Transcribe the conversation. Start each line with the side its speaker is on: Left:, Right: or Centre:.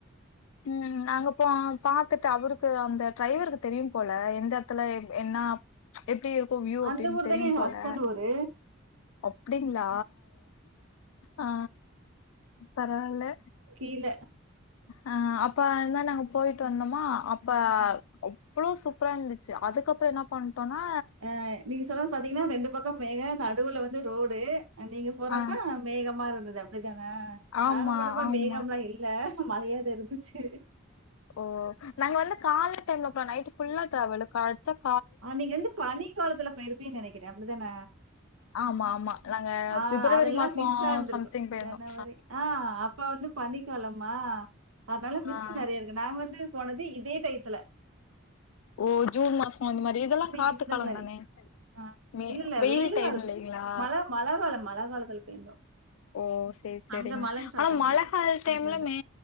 Left: ம் நாங்க போ பாத்துட்டோ அவருக்கு அந்த டிரைவருக்கு தெரியும் போல எந்த எடத்துல எ என்னா எப்பிடி இருக்கு வியூ அப்டின்
Right: அந்த ஊர்
Left: தெரியும்
Right: தாங்க எங்க
Left: போல
Right: ஹஸ்பண்ட் ஊரு.
Left: அப்டிங்ளா ஆ பரவால்ல
Right: கீழ
Left: ஆ அப்ப தா நாங்க போயிட்டு வந்தோம்மா அப்ப அவ்ளோ சூப்பராருந்துச்சு அதுக்கப்புறோ என்னா பண்டோன்னா
Right: ஆ நீங்க சொல்றது பாத்தீங்கன்னா ரெண்டு பக்கம் மேகோ நடுவுல வந் து ரோடு அ நீங்க போறப்ப
Left: ஆ
Right: மேகமாருந்தது அப்பிடித்தானே
Left: ஆமா
Right: நாங்க போனப்ப
Left: ஆமா
Right: மேகம்லா இல்ல மலையாதா இருந்துச்சு
Left: ஓ நாங்க வந்து கால்ல டைம்ல போல நைட்டு ஃபுல்லா ட்ராவல்லு படுத்து தூ
Right: ஆ நீங்க வந்து பனி காலத்து போயிருப்பீங்க நெனைக்கிறே அப்பிடிதான
Left: ஆமா ஆமா நாங்க
Right: ஆ
Left: பிப்ரவரி
Right: அதெல்லா
Left: மாசம்
Right: மிஸ்ட்டாருந்துருக்கு
Left: சம்திங் போயிருந்தோம்.
Right: ஜனவரி ஆ அப்ப வந்து பண்ணிக்காலமா அதனால மிஸ்ட்
Left: ஆ.
Right: நறையருக்கு நாங்க வந்து போனது இதே டைத்துல
Left: ஓ ஜூன் மாசோ அந்த மாரி இதெல்லா
Right: இந்த
Left: காத்து
Right: இந்த
Left: காலம்
Right: மாரி.
Left: தானே
Right: ஆ
Left: வெயி
Right: இல்ல இல்ல
Left: வெயில் டைமில்லைங்களா
Right: காலத்து மழ மழ காலோ மழ காலத்துல போயிருந்தோ
Left: ஓ சேரி சேரிங்க
Right: அங்க மழ ஸ்டார்ட்
Left: ஆனா
Right: ஆயிந்தது
Left: மழ கால
Right: கேரளால
Left: டைம்ல மே